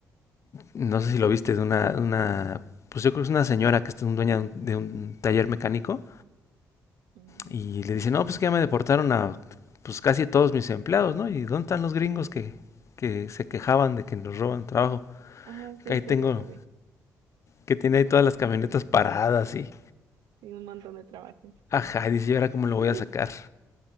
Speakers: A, on the left; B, on the right.
A: no sé si lo viste, de una, una pues yo creo que es una señora que es un dueña de un, de un taller mecánico
B: Mm.
A: Y le dice, no, pues que ya me deportaron a pues casi todos mis empleados, ¿no? ¿Y dónde están los gringos que, que se quejaban de que nos roban trabajo?
B: Ajá, sí,
A: Que ahí
B: sí,
A: tengo,
B: la, la vi.
A: que tiene ahí todas las camionetas paradas y...
B: Tiene un montón de trabajo.
A: Ajá, y dice, ¿y ahora cómo lo
B: <laughs>
A: voy a sacar?